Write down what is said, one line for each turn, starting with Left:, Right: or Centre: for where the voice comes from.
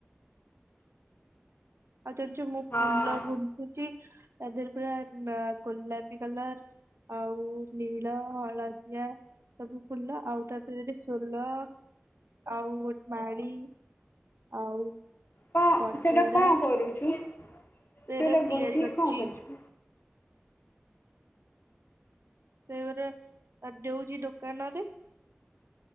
Right: ଆଉ ଜାଣିଛୁ, ମୁଁ
Left: ହଁ
Right: ଫୁଲ ଗୁନ୍ଥୁଛି। ତା ଦେହରେ ପା ଗୋଲାପି କଲର। ଆଉ ନୀଳ, ହଳଦିଆ ସବୁ ଫୁଲ ଆଉ ତା ଦେହରେ ସୋଲ, ଆଉ ଗୋଟେ ମାଳି ଆଉ
Left: କଣ
Right: ଗଜରା।
Left: ସେଟା କଣ କରୁଛୁ।
Right: <unintelligible>
Left: ସେଟା ଗୁନ୍ଥିକି
Right: ତିଆରି କରିଛି।
Left: କଣ କରୁଛୁ?
Right: <unintelligible> ଦଉଛି ଦୋକାନରେ।